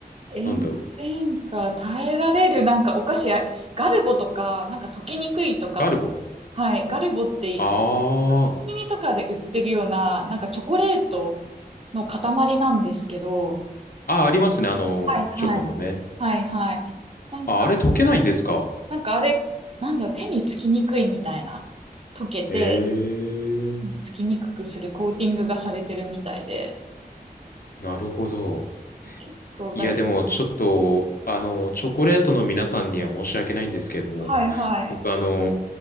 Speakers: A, on the right; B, on the left.
A: 炎天下耐えられる、
B: なんだろう。
A: なんかお菓子や、ガルボとか、なんか溶けにくいとか、
B: ガルボン。
A: はい。ガルボって
B: あー。
A: コンビニとかで売ってるような、なんかチョコレートの塊なんですけど、
B: あー、ありますね。あの、
A: はいはい。
B: チョコのね。
A: はいはい。なんか、
B: あ、あれ溶けないんですか
A: なんかあれ、なんだろう、手につきにくいみたいな、溶けて、
B: へえ、
A: つきにくくするコーティングがされてるみたいで、
B: なるほど。
A: 結構がる。
B: いや、でも、ちょっと、あの、チョコレートの皆さんには申し訳ないんですけれども、
A: はいはい。
B: 僕、あの、